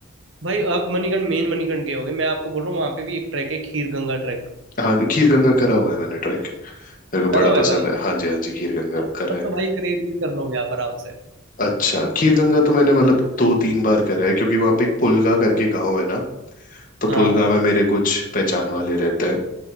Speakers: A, on the right; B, on the left.
A: भाई आप मणिकर्ण मेन मणिकर्ण गए होगे मैं आपको बोल रहा हूँ वहां पे भी एक ट्रैक है खीर गंगा ट्रैक
B: हाँ खीर गंगा करा हुआ है मैंने ट्रैक मेरे को
A: करा
B: बड़ा
A: हुआ
B: पसंद
A: है भाई
B: है हाँ जी हाँ जी खीर गंगा
A: अरे,
B: करा
A: तब
B: है
A: तो भाई करेरी भी कर लोगे आप आराम से
B: अच्छा खीर गंगा तो मैंने मतलब दो तीन बार करा है क्योंकि वहाँ पे एक पुलगा करके गाँव है ना तो पुलगा
A: हाँ हाँ
B: में मेरे कुछ पहचान वाले रहते हैं